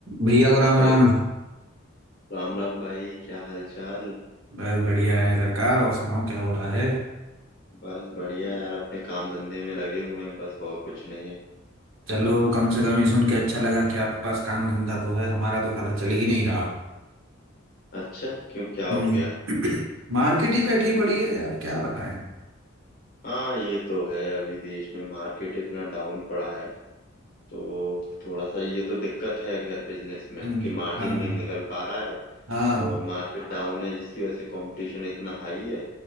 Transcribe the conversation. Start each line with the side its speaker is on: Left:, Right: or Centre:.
Right: भैया को राम
Left: Hello
Right: राम
Left: Ram Ram भाई क्या हाल चाल
Right: बस बढ़िया है सरकार और सुनाओ क्या हो रहा है
Left: बस बढ़िया यार अपने काम धंधे में लगे हुए हैं बस और कुछ नहीं है
Right: चलो कम से कम ये सुन के अच्छा लगा कि आपके पास काम धंधा तो है हमारा तो साला चल ही नहीं रहा
Left: अच्छा क्यों क्या हो
Right: हम्म
Left: गया
Right: <clears throat> मार्केट ही बैठी पड़ी है यार क्या बताएं
Left: हाँ ये तो है अभी देश में मार्केट इतना डाउन पड़ा है तो थोड़ा सा ये तो दिक्कत है खैर बिजनेस में
Right: हम्म,
Left: कि मार्जिन
Right: हाँ
Left: नहीं निकल पा रहा है
Right: हाँ
Left: और मार्केट डाउन है जिसकी वजह से कंपटीशन इतना हाई है